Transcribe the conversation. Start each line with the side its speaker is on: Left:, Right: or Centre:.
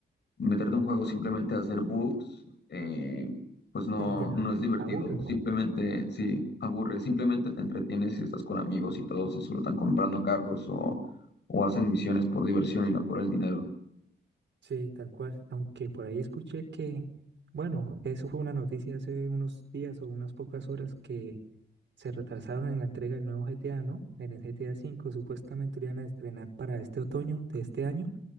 Left: meterte en un juego simplemente a hacer bugs, eh, pues no,
Right: Sí, ya
Left: no es divertido.
Right: aburre.
Left: Simplemente, sí, aburre. Simplemente te entretienes si estás con amigos y todos disfrutan comprando carros o, o hacen misiones por diversión y no por el dinero.
Right: Sí, tal cual. Aunque por ahí escuché que, bueno, eso fue una noticia hace unos días o unas pocas horas que se retrasaron en la entrega del nuevo GTA, ¿no? En el GTA cinco, supuestamente lo iban a estrenar para este otoño de este año